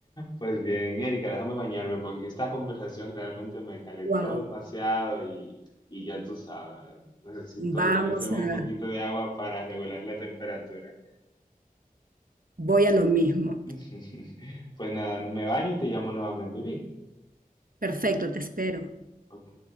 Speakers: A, on the left; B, on the right.
A: Pues bien, Erika, déjame bañarme porque esta conversación realmente me calentó
B: Wow,
A: demasiado y, y ya tú sabes, necesito
B: vamos
A: comerme
B: a,
A: un poquito de agua para regular la temperatura.
B: voy a lo mismo.
A: <laughs> Pues nada, me baño y te llamo nuevamente. Bien.
B: Perfecto, te espero.
A: Ok.